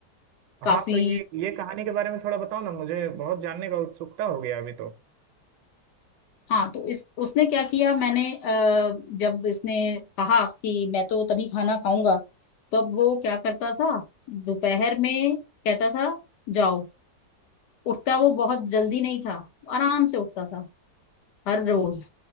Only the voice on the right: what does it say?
हाँ
तो ये ये कहानी के बारे में थोड़ा बताओ ना मुझे बहुत जानने का उत्सुकता हो गया अभी तो